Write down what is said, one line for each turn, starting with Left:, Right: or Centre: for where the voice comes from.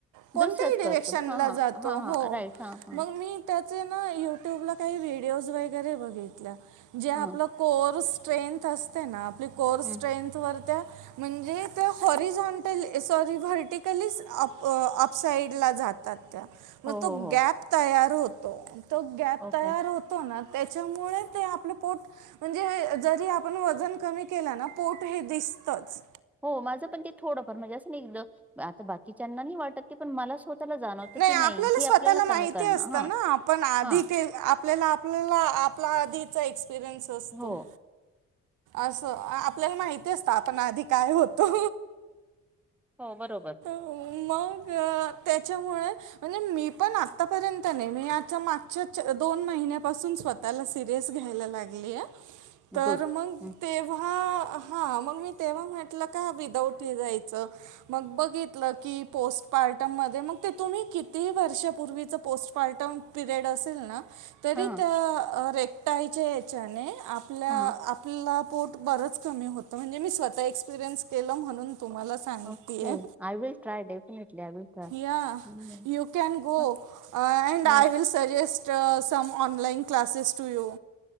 Right: कोणत्याही
Centre: दुसरंच करतो
Right: डिरेक्शनला
Centre: हा हा
Right: जातो
Centre: हा हा
Right: हो
Centre: राईट हा हा
Right: मग मी त्याचे ना युट्यूबला काही व्हिडिओज वगैरे बघितल्या जे आपलं
Centre: हा
Right: कोर्स स्ट्रेंथ असते ना आपली कोर्स
Centre: हम्म
Right: स्ट्रेंथवर त्या म्हणजे ते हॉरिझनटली सॉरी व्हर्टिकली अप अपसाइडला जातात. त्यात त्या मग
Centre: हो
Right: तो
Centre: हो हो
Right: गॅप तयार होतो तो गॅप
Centre: ओके
Right: तयार होतो. तो ना त्याच्यामुळे ते आपलं पोट म्हणजे हे जरी आपण वजन कमी केलं ना पोट हे दिसतच
Centre: हो माझं पण ते थोडंफार म्हणजे असं नाही आता बाकीच्यांना नाही वाटतं ते पण मला जाणवतं
Right: नाही
Centre: की
Right: आपल्याला
Centre: हे
Right: स्वतःला माहिती
Centre: कमी करणं
Right: असतं
Centre: हां
Right: ना आपण आधी
Centre: हां
Right: ते आपल्याला आपल्याला आपल्या आधीचा एक्सपिरियन्स असतो.
Centre: हो
Right: असं आपल्याला माहिती असतं आपण आधी काय होतो.
Centre: हो बरोबर
Right: मग अ त्याच्यामुळे म्हणजे मी पण आतापर्यंत नाही, मी याच्या मागच्या दोन महिन्यापासून स्वत् त्याला सिरियस घ्यायला लागली ए तर
Centre: गुड
Right: मग
Centre: हं
Right: तेव्हा हा मग मी तेव्हा म्हटलं का विदाऊट हे जायचं. मग बघितलं की पोस्ट पार्टम मध्ये मग ते तुम्ही किती वर्षापूर्वीच पोस्ट पार्टम पिरियड असेल ना, तरी
Centre: हां
Right: त्या रेकटायच्या ह्याच्याने आपल्या
Centre: हां
Right: आप आपला पोट बरंच कमी होतं, म्हणजे मी स्वतः एक्सपिरियन्स केलं म्हणून तुम्हाला सां सांगतीय
Centre: ओके I will try definitely I will try
Right: या
Centre: हं
Right: यू कॅन गो
Centre: हां.
Right: Uh and I
Centre: yes
Right: will suggest uh some online classes to you